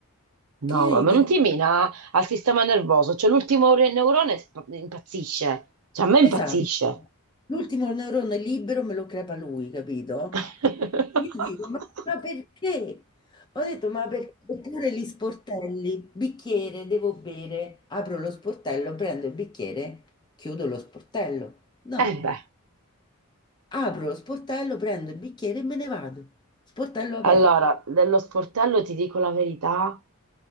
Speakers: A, on the right; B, on the left.
A: No,
B: Che io
A: ma
B: gli
A: ma
B: dico,
A: non ti mina al sistema nervoso, cioè l'ultimo ore- neurone sp- impazzisce, cioè a me
B: esatto,
A: impazzisce.
B: l'ultimo neurone libero me lo crepa lui, capito?
A: <laughs>
B: Io dico, ma, ma perché? Ho detto, ma perché? Oppure gli sportelli, bicchiere, devo bere, apro lo sportello, prendo il bicchiere, chiudo lo sportello. No,
A: E beh,
B: apro lo sportello, prendo il bicchiere e me ne vado. Sportello aperto.
A: allora, dello sportello ti dico la verità,